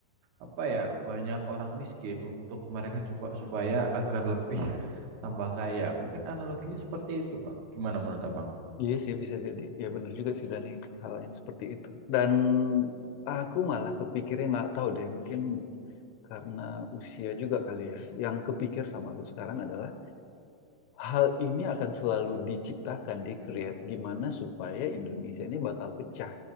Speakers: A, on the right; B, on the left.
A: apa ya, banyak orang miskin untuk mereka coba supaya agar lebih tambah kaya. Mungkin analoginya seperti itu, Bang. Gimana menurut Abang?
B: Iya sih bisa jadi. Ya benar juga sih Dani, hal yang seperti itu. Dan aku malah kepikirnya nggak tahu deh, mungkin karena usia juga kali ya. Yang kepikir sama aku sekarang adalah hal ini akan selalu diciptakan, di create gimana supaya Indonesia ini bakal pecah.